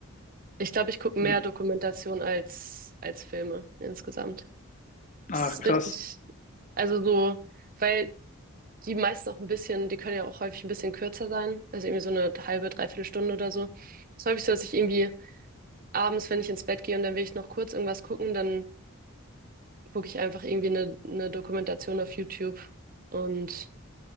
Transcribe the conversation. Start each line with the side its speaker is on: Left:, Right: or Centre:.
Right: Ich glaube, ich gucke mehr
Left: nee,
Right: Dokumentation als, als Filme insgesamt. Das
Left: ach
Right: ist
Left: krass,
Right: richtig, also so, weil die meisten auch ein bisschen, die können ja auch häufig ein bisschen kürzer sein, also irgendwie so eine halbe, dreiviertel Stunde oder so. Es ist häufig so, dass ich irgendwie abends, wenn ich ins Bett gehe und dann will ich noch kurz irgendwas gucken, dann gucke ich einfach irgendwie eine, eine Dokumentation auf YouTube und